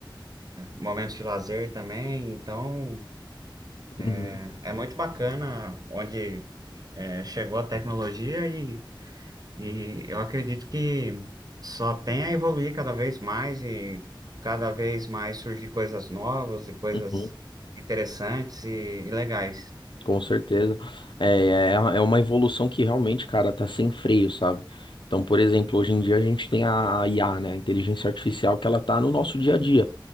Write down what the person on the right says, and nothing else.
momentos de lazer também. Então,
é é muito bacana onde é, chegou a tecnologia e, e eu acredito que só tem a evoluir cada vez mais e cada vez mais surgir coisas novas e coisas
interessantes e, e legais.